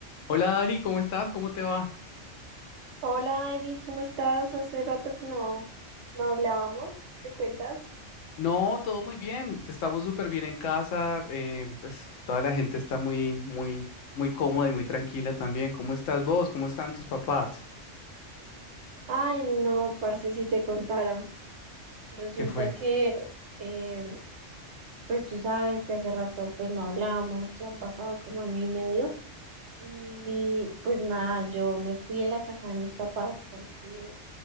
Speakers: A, on the left (about 80°); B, on the right (about 65°).
A: Hola Dani, ¿cómo estás? ¿Cómo te va?
B: Hola, David, ¿cómo estás? Hace rato que no, no hablábamos, ¿qué te cuentas?
A: No, todo muy bien. Estamos súper bien en casa. eh, pues toda la gente está muy, muy, muy cómoda y muy tranquila también. ¿Cómo estás vos? ¿Cómo están tus papás?
B: Ay, no, parce, si te contara. Resulta
A: ¿Qué fue?
B: que, eh, pues tú sabes que hace rato pues no hablábamos, ya han pasado como año y medio. Y pues nada, yo me fui de la casa de mis papás porque